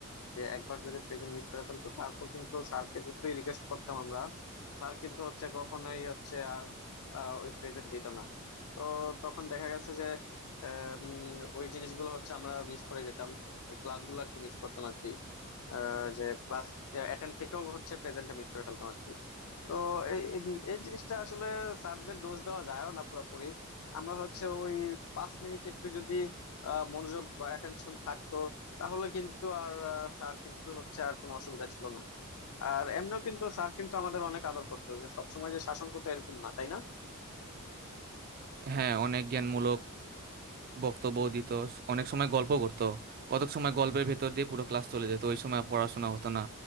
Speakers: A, on the left; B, on the right.
A: যে একবার যদি প্রেজেন্ট মিস করে ফেলতো তারপর কিন্তু স্যারকে যতই রিকোয়েস্ট করতাম আমরা স্যার কিন্তু হচ্ছে কখনোই হচ্ছে আর আহ, ওই প্রেজেন্ট দিত না তো তখন দেখা গেছে যে আহ, উম, ওই জিনিসগুলো হচ্ছে আমরা মিস করে যেতাম ওই ক্লাসগুলো আর কি মিস করতাম আর কি আহ, যে ক্লাস অ্যাটেন্ড থেকেও হচ্ছে প্রেজেন্টটা মিস করে ফেলতাম আর কি তো এই এই এই জিনিসটা আসলে স্যারদের দোষ দেওয়া যায়ও না পুরোপুরি আমরা হচ্ছে ওই পাঁচ মিনিট একটু যদি আহ, মনোযোগ বা অ্যাটেনশন থাকতো তাহলে কিন্তু আর আহ, স্যার কিন্তু হচ্ছে আর কোনো অসুবিধা ছিল না আর এমনিও কিন্তু স্যার কিন্তু আমাদের অনেক আদর করতো যে সবসময় যে শাসন করতো এরকম না তাই না
B: হ্যাঁ অনেক জ্ঞানমূলক বক্তব্য দিত স- অনেক সময় গল্প করতো কতক সময় গল্পের ভেতর দিয়ে পুরো ক্লাস চলে যেত ওই সময় আর পড়াশোনা হতো না